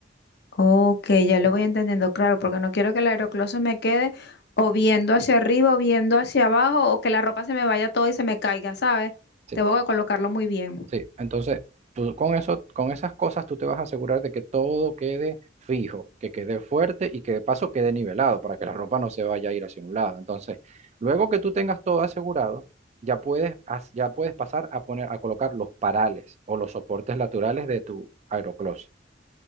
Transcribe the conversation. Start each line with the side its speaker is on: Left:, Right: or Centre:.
Left: Ok, ya lo voy entendiendo, claro, porque no quiero que el aeroclub se me quede o viendo hacia arriba o viendo hacia abajo o que la ropa se me vaya todo y se me caiga, ¿sabes?
Right: Sí.
Left: Tengo que colocarlo muy bien.
Right: Sí, entonces tú con eso, con esas cosas tú te vas a asegurar de que todo quede fijo, que quede fuerte y que de paso quede nivelado para que la ropa no se vaya a ir hacia un lado. Entonces, luego que tú tengas todo asegurado, ya puedes, haz- ya puedes pasar a poner, a colocar los parales o los soportes laterales de tu aerocloset.